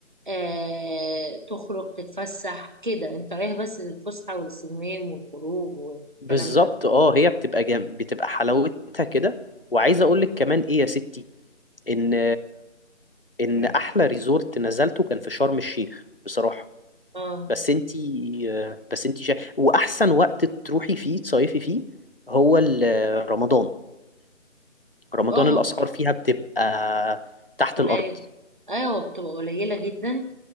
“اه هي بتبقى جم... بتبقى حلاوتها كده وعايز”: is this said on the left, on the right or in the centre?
Left